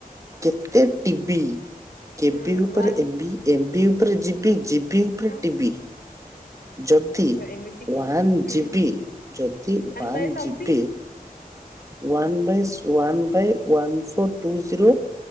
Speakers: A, on the right; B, on the left.
A: କେତେ ଟିବିି କେବି
B: ହଁ
A: ଉପରେ
B: ୱାନ୍
A: ଏମ୍ବି ଏମ୍ବିି ଉପରେ ଜିବି ଜିବି ଉପରେ
B: ହଁ
A: ଟିିବି। ଯଦି
B: ଆଚ୍ଛା ଏମିତି କି
A: ୱାନ୍
B: ହୁଁ
A: ଜିବି ଯଦି one
B: by something
A: GB one by one by one four two zero